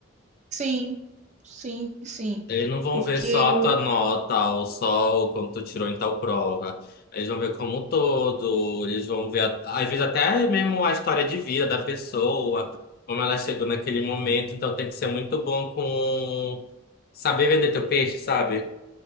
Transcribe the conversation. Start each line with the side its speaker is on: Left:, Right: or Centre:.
Right: sim, sim, sim.
Left: Eles não vão
Right: Porque,
Left: ver só a tua nota ou só o quanto tu tirou em tal prova. Eles vão ver como um todo, eles vão ver, a- às vezes, até mesmo a história de vida da pessoa, como ela chegou naquele momento. Então tem que ser muito bom com saber vender teu peixe, sabe?